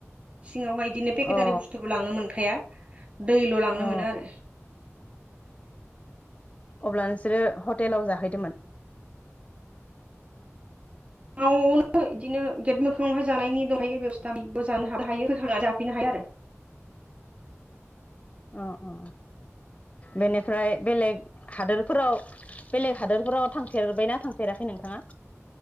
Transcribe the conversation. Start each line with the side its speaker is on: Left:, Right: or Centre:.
Right: सिङावहाय बिदिनो पेकेटारि
Left: अ
Right: बुस्थुखौ लांनो मोनखाया दैल' लांनो
Left: अ
Right: मोनो आरो
Left: अब्ला नोंसोरो हटेलाव जाहैदोंमोन
Right: मोआवनो बिदिनो गेट मोखाङावहाय जानायनि दं थफायो बेबस्थाबो जानो <unintelligible> हायो जाफैनो हाया आरो
Left: अ अ बेनिफ्राय बेलेग हादोरफोराव बेलेग हादोरफोराव थांफेरबायना थांफेराखै नोंथाङा?